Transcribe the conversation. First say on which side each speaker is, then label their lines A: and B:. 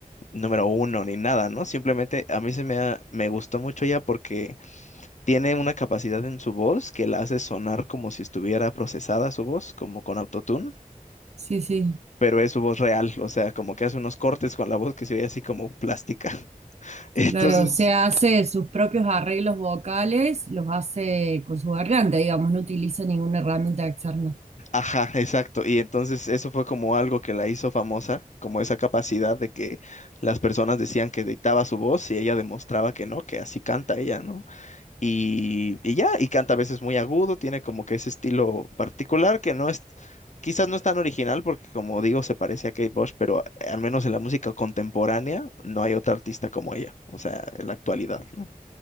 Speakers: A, on the left; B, on the right.
A: número uno, ni nada, ¿no? Simplemente a mí se me, ha- me gustó mucho ella porque tiene una capacidad en su voz que la hace sonar como si estuviera procesada su voz, como con autotune
B: Sí, sí,
A: pero es su voz real, o sea, como que hace unos cortes con la voz que se ve así como plástica. <laughs> Entonces,
B: claro. Se hace sus propios arreglos vocales, los hace con su garganta, digamos, no utiliza ninguna herramienta externa.
A: ajá, exacto. Y entonces eso fue como algo que la hizo famosa, como esa capacidad de que las personas decían que dictaba su voz y ella demostraba que no, que así canta ella, ¿no? Y, y ya, y canta a veces muy agudo, tiene como que ese estilo particular que no es... Quizás no es tan original porque, como digo, se parece a Kate Bush, pero eh, al menos en la música contemporánea no hay otra artista como ella, o sea, en la actualidad, ¿no?